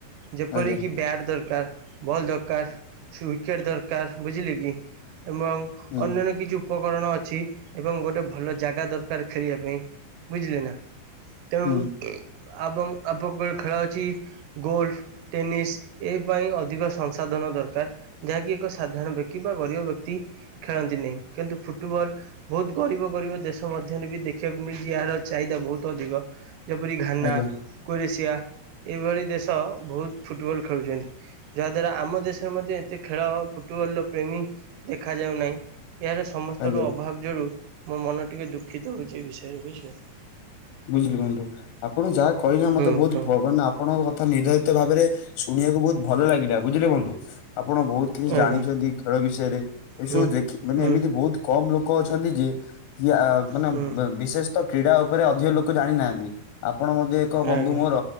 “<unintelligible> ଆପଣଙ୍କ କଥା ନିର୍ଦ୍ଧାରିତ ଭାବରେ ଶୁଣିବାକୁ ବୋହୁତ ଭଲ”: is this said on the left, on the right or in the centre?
Left